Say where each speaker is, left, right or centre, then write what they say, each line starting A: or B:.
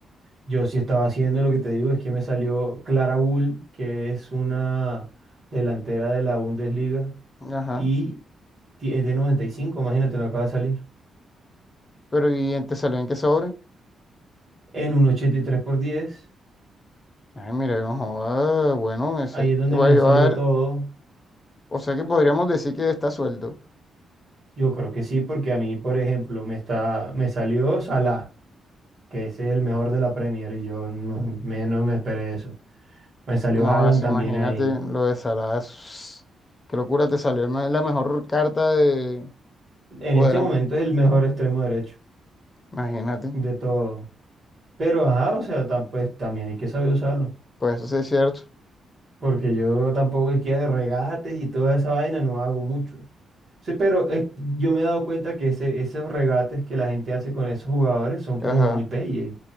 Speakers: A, on the right; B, on the left.
A: Yo sí estaba haciendo lo que te digo, es que me salió Clara Bull, que es una delantera de la Bundesliga,
B: Ajá.
A: y ti- es de 95. imagínate, me acaba de salir.
B: Pero ¿y te salió en qué sobre?
A: En un 83 por 10.
B: Ay, mira, no joda, bueno, ese,
A: ahí es donde
B: voy
A: me ha
B: a llevar,
A: salido todo.
B: o sea que podríamos decir que está suelto.
A: Yo creo que sí, porque a mí, por ejemplo, me está, me salió Salah, que es el mejor de la Premier, y yo no me, no me esperé eso. Me salió
B: No,
A: Haaland
B: eso
A: también
B: imagínate
A: ahí.
B: lo de Salah. es- Qué locura, te salió el me- la mejor carta de...
A: En
B: O
A: este
B: de la...
A: momento es el mejor extremo derecho
B: Imagínate.
A: de todo. Pero ajá, o sea, tam- pues también hay que saber usarlo.
B: Pues eso sí es cierto.
A: Porque yo tampoco es que de regates y toda esa vaina no hago mucho. Sí, pero es- yo me he dado cuenta que ese, esos regates que la gente hace con esos jugadores son como
B: Ajá.
A: muy peyes.